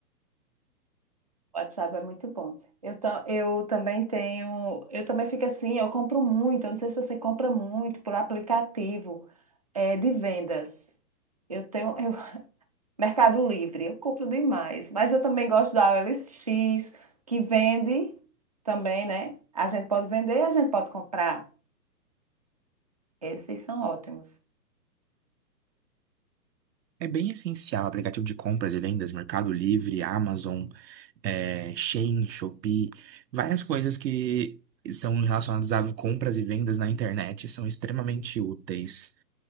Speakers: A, on the right; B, on the right.
A: O WhatsApp é muito bom. Eu, ta- eu também tenho, eu também fico assim, eu compro muito. Eu não sei se você compra muito por aplicativo é, de vendas. Eu tenho eu- <laughs> Mercado Livre, eu compro demais. Mas eu também gosto da O L X que vende também, né? A gente pode vender e a gente pode comprar. Esses são ótimos.
B: É bem essencial, aplicativo de compras e vendas, Mercado Livre, Amazon, é, Shein, Shopee, várias coisas que são relacionadas a compras e vendas na internet são extremamente úteis.